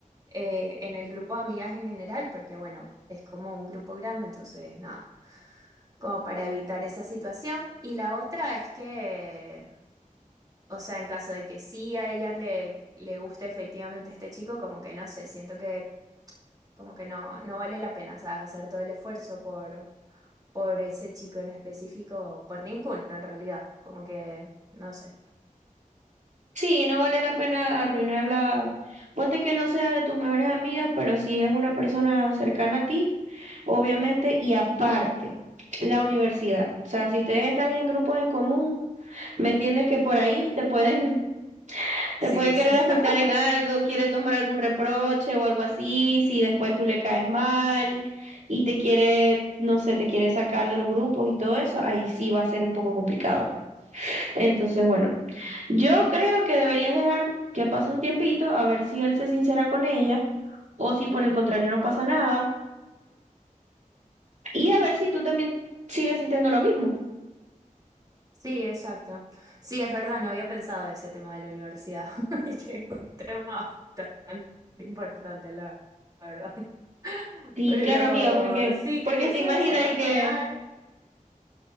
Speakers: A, on the right (about 25°); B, on the right (about 60°).
A: eh, en el grupo de amigas en general, porque bueno, es como un grupo grande, entonces nada, como para evitar esa situación. Y la otra es que, o sea, en caso de que sí a ella le, le guste efectivamente este chico, como que no sé, siento que Como que no, no vale la pena, ¿sabes? Hacer todo el esfuerzo por, por ese chico en específico, por ninguno en realidad. Como que, no sé.
B: Sí, no vale la pena arruinarla. Ponte que no sea de tus mejores amigas, pero si es una persona cercana a ti, obviamente, y aparte, la universidad. O sea, si ustedes están en grupos en común, ¿me entiendes que por ahí te pueden Te
A: Sí,
B: puede querer
A: sí, sí.
B: afectar
A: <laughs>
B: en algo, quiere tomar algún reproche o algo así, si después tú le caes mal y te quiere, no sé, te quiere sacar de los grupos y todo eso, ahí sí va a ser un poco complicado. Entonces, bueno, yo creo que deberías dejar que pase un tiempito a ver si él se sincera con ella o si por el contrario no pasa nada y a ver si tú también sigues sintiendo lo mismo.
A: Sí, exacto. Sí, es verdad, no había pensado de ese tema de la universidad, <laughs> y que es un tema bastante importante, la verdad. <laughs>
B: Sí,
A: Pero
B: claro, amiga, porque
A: sí,
B: porque
A: creo que
B: te
A: eso
B: imaginas
A: voy a hacer, voy
B: y
A: a esperar.
B: que